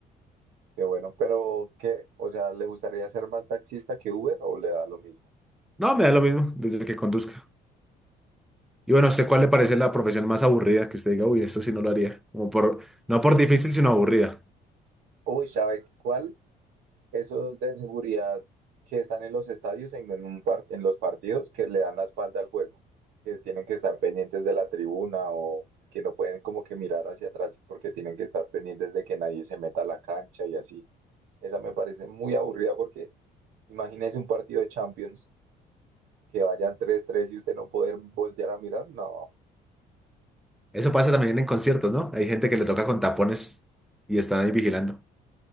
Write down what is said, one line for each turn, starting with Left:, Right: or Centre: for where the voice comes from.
Right: Qué bueno, pero ¿qué? O sea, ¿le gustaría ser más taxista que Uber o le da lo mismo?
Centre: No, me da lo mismo desde que conduzca. Y bueno, ¿sé cuál le parece la profesión más aburrida que usted diga, uy, esto sí no lo haría? Como por, no por difícil, sino aburrida.
Right: Uy, ¿sabe cuál? Esos de seguridad que están en los estadios, en, en un par- en los partidos, que le dan la espalda al juego, que tienen que estar pendientes de la tribuna o que no pueden como que mirar hacia atrás porque tienen que estar pendientes de que nadie se meta a la cancha y así. Esa me parece muy aburrida porque imagínese un partido de Champions que vayan tres tres y usted no poder voltear a mirar. No,
Centre: Eso pasa también en conciertos, ¿no? Hay gente que le toca con tapones y están ahí vigilando.